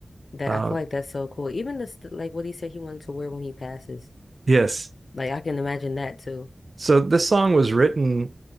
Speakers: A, on the left; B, on the right.
A: That
B: Uh,
A: I feel like that's so cool. Even this like what he said he wanted to wear when he passes.
B: yes.
A: Like I can imagine that too
B: So this song was written,